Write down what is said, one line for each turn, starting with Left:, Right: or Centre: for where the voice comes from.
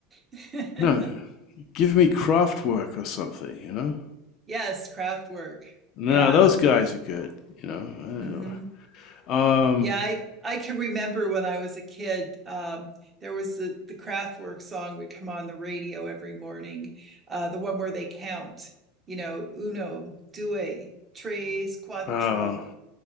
Right: <laughs>
Left: no, give me craft work or something, you know?
Right: Yes, craft work.
Left: No,
Right: Yeah.
Left: those guys are good, you know. I don't
Right: hmm
Left: know. Um,
Right: Yeah, I I can remember when I was a kid, um, there was the the Kraftwerk song would come on the radio every morning, uh, the one where they count, you know, uno, due, tres, cuatro.
Left: oh,